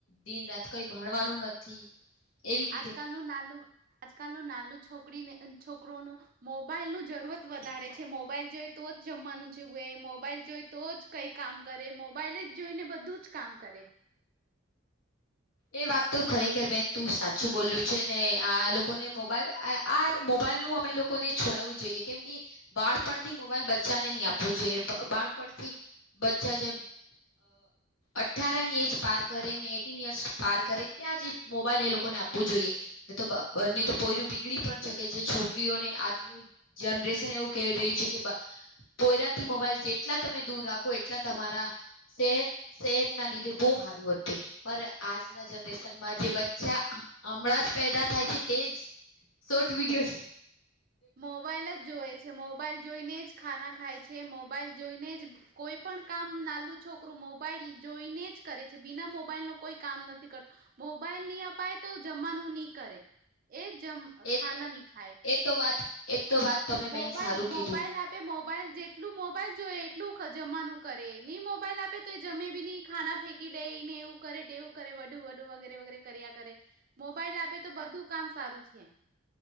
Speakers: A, on the left; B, on the right.
A: દિન રાત કઈ ભણવાનું નથી. એવી રીતે
B: અજ કાલ નું નાનું આજ કાલનું નાનું છોક છો છોકરો મોબાઈલ ન જરૂરત વધારે છે, મોબાઈલ જોઈ તો જ જમવાનું જેવું એ. મોબાઈલ જોઈ તો જ કઈ કામ કરે મોબાઈલ જ જોઈને બધું જ કામ કરે.
A: એ વાત તો ખરેખર બેન તું સાચું બોલું છે ને આ લોકોને મોબાઈલ આ મોબલ મોબાઈલ નું અમે લોકોને છોડાવવું જોઈએ કેમ કે બાળપણ થી મોબાઈલ બચ્ચાને નહી આપવું જોઈએ બાળ બચ્ચા જે અઠાર ની એજ પાર કરીને એટી યર્સ. પાર કરે ત્યાં જ મોબાઈલ એ લોકોને આપવું જોઈએ, તો બંને તો પોયરું બીગડી પણ શકે છે. છોકરીઓને આજનું જનરેશન એવું ક રહી છે કે. પોયરાથી મોબાઈલ જેટલા તમે દૂર રાખો એટલા તમારા સ સેહતના લીધે બહુ. સારું પણ. આજના જનરેશનમાં જે બચ્ચા હમણાં જ પેદા થાય છે તેજ. સોટ વીડીયો.
B: મોબાઈલ જ જોએ છે, મોબાઈલ જોઈને જ ખાના ખાય છે મોબાઈલ જોઈને જ. કોઈ પણ કામ નાલું છોકરું મોબાઈલ જોઈને જ કરે છે બિના મોબાઈલ નું કોઈ કામ નથી. મોબાઈલ નહી અપાય તો જમાનું નહી કરે એ. જ
A: એ
B: ખાાના
A: તો
B: ન ખાાય.
A: એ તો વાત. તો વાત તમે
B: મોબાઈલ
A: બેન સારું
B: મોબાઈલ
A: કીધું
B: એપે મોબ મોબાઈલ જેટલું મોબાઈલ જોએ એટલું જમાવાનું કરે, નહી મોબાઈલ આપે તો એ જમે બી નહી ખાના ફેંકી. દેય એવું કરે એવું કરે વું વડું વગેરે વગેરે કર્યા કરે, મોબાઈલ આપે તો બધું કામ સારું. સારું છે.